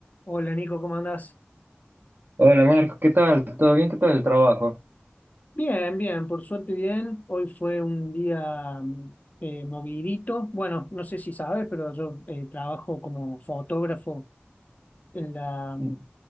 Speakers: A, on the left (about 40°); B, on the right (about 55°).
A: Hola Nico, ¿cómo andás?
B: Hola Marco, ¿qué tal? ¿Todo bien? ¿Qué tal el trabajo?
A: Bien, bien, por suerte bien. Hoy fue un día mm, eh, movidito. Bueno, no sé si sabes, pero yo eh, trabajo como fotógrafo en la,
B: N-